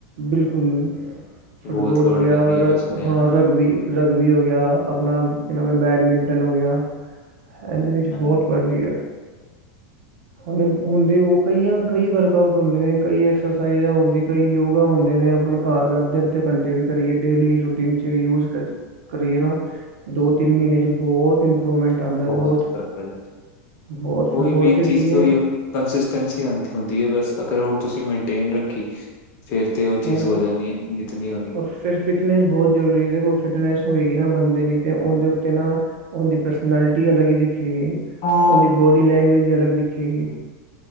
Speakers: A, on the right; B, on the left.
A: ਬਿਲਕੁਲ ਫੁਟਬਾਲ
B: ਬਹੁਤ ਲੋੜ
A: ਹੋ ਗਿਆ
B: ਪੈਂਦੀ ਹੈ
A: ਰਗ
B: ਮੈਂ ਸੁਣਿਆ
A: ਹ
B: ਹੈ ਨਾ
A: ਰਗਬੀ ਰਗਬੀ ਹੋ ਗਿਆ, ਆਪਣਾ ਕਿ ਨਾਮ ਏ ਬੈਡਮਿੰਟਨ ਹੋ ਗਿਆ ਹੈਦੇ ਵਿੱਚ
B: ਹਾਂਜੀ
A: ਬੋਤ
B: ਜੀ
A: ਵਧੀਆ। ਹੂਨ ਲੱਗੇ
B: ਹੂੰ।
A: ਹੁੰਦੇ ਓ ਕਈਆਂ ਕਈ ਵਰਕਆਊਟ ਹੁੰਦੇ ਨੇ, ਕਈ ਐਕਸਰਸਾਈਜ਼ਾਂ ਹੋਂਦੀ, ਕਈ ਯੋਗਾ ਹੋਂਦੇ ਨੇ, ਆਪਣ ਘਾਰ ਅੱਧੇ-ਅੱਧੇ ਘੰਟੇ ਵੀ ਕਰੀਏ ਡੇਲੀ ਰੋਟੀਨ 'ਚ ਯੂਜ ਕਰ ਕਰੀਏ ਨਾ ਦੋ-ਤਿੰਨ ਮਿੰਨ੍ਹੇ 'ਚ ਬੋਹੋਤ ਇੰਪਰੂਵਮੈਂਟ ਆਂਦਾ
B: ਬਹੁਤ
A: ਏ ਬੋਹੋਤ।
B: ਫ਼ਰਕ ਪੈ ਜਾਂਦਾ
A: ਬੋਹਤ ਫਰਕ
B: ਉਹੀ
A: ਔਰ
B: ਮੇਨ
A: ਫਿਰ
B: ਚੀਜ਼
A: ਕੀ ਹੈ
B: ਤੇ ਉਹੀ ਕੰਸਿਸਟੈਂਸੀ ਹੋਂਦ ਹੁੰਦੀ ਏ ਬਸ, ਅਗਰ ਓ ਪਸੀਨਾ ਇਨਟੇਨ ਰੱਖੀ ਫੇਰ ਤੇ ਓ
A: ਉਹੀ
B: ਚੀਜ਼
A: ਤਾਂ
B: ਹੋ ਜਾਣੀ ਏ ਨਿੱਤ ਨੀ ਆਓਣੀ।
A: ਔਰ ਫਿਰ ਫਿਟਨੈਸ ਬੋਹਤ ਜ਼ਰੂਰੀ ਦੇਖੋ ਫਿਟਨੈਸ ਹੋਏਗੀ ਨਾ ਬੰਦੇ ਦੀ ਓਦੇ ਉੱਤੇ ਨਾ ਓਦੀਂ ਪਰਸਨੈਲਿਟੀ ਅਲੱਗ ਈ ਦਿਖੇਗੀ
B: ਹਾਂਜੀ
A: ਓਦੀਂ ਬੋਡੀ ਲੈਂਗਵਏਜ ਈ ਅਲੱਗ ਦਿਖੇਗੀ।